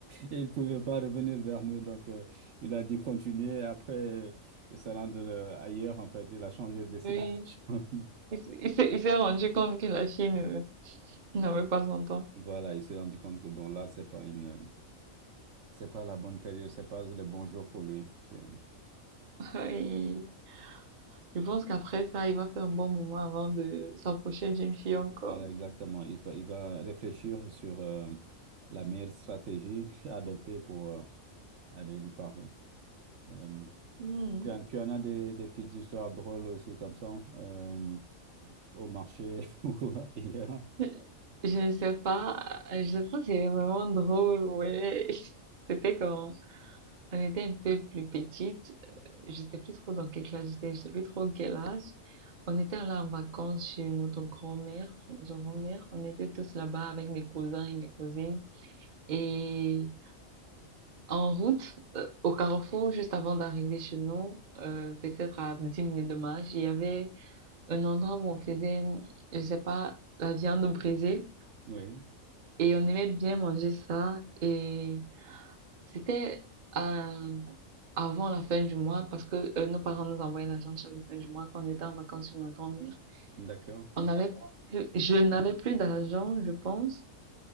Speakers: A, on the right (about 60°); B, on the right (about 40°).
A: il ne pouvait pas revenir vers nous. Donc, euh, il a dit continuer. Après, il se rendre euh, ailleurs, en fait. Il a changé de destination.
B: oui.
A: <laughs>
B: Il, s- il s'est il s'est rendu compte que la Chine euh, n'avait pas son temps.
A: Voilà, il s'est rendu compte que, bon, là, c'est pas une, euh, c'est pas la bonne période, c'est pas le bon jour pour lui. C'est-
B: <laughs> Il, il pense qu'après ça, il va faire un bon moment avant de s'approcher d'une fille encore.
A: Voilà, exactement. Il va, il va réfléchir sur euh, la meilleure stratégie <laughs> à adopter pour euh, aller lui parler. Euh,
B: Hmm.
A: tu en, tu en as des, des petites histoires drôles aussi comme ça, euh, au marché <laughs> ou ailleurs.
B: Je je ne sais pas, euh, je pense qu'il est vraiment drôle, ouais. <laughs> C'était quand on était un peu plus petite, euh, je sais plus trop dans quelle classe j'étais, je sais plus trop quel âge. On était là en vacances chez notre grand-mère, chez notre grand-mère. On était tous là-bas avec mes cousins et mes cousines. Et en route, euh, au carrefour, juste avant d'arriver chez nous, euh, peut-être à 10 minutes de marche, il y avait un endroit où on faisait, je sais pas, la viande brisée.
A: Oui,
B: Et on aimait bien manger ça. Et c'était euh, avant la fin du mois parce que euh, nos parents nous envoyaient l'argent chaque fin du mois quand on était en vacances chez ma grand-mère.
A: d'accord.
B: On
A: oui.
B: n'avait plus, je n'avais plus d'argent, je pense.